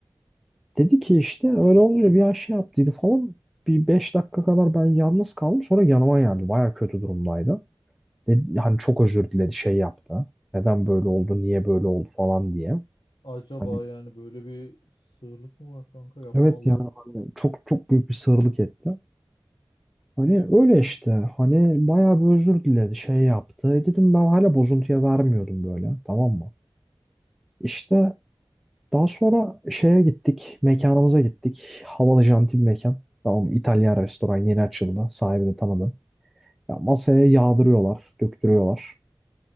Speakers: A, in the centre; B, on the left (about 75°).
A: Dedi ki işte öyle olunca bir an şey yaptıydı falan. Bir 5 dakika kadar ben yalnız kaldım. Sonra yanıma geldi. Baya kötü durumdaydı. Dedi, hani çok özür diledi şey yaptı. Neden böyle oldu, niye böyle oldu falan diye.
B: Acaba
A: Hani
B: yani böyle bir sığırlık mı var kanka? Yapma
A: Evet
B: Allah'ını.
A: yani
B: korusun.
A: hani çok çok büyük bir sığırlık etti. Hani öyle işte hani bayağı bir özür diledi şey yaptı. E dedim ben hala bozuntuya vermiyordum böyle tamam mı? İşte daha sonra şeye gittik mekanımıza gittik. Havalı janti bir mekan. Tamam mı? İtalyan restoran yeni açıldı sahibini tanıdım. Ya masaya yağdırıyorlar döktürüyorlar.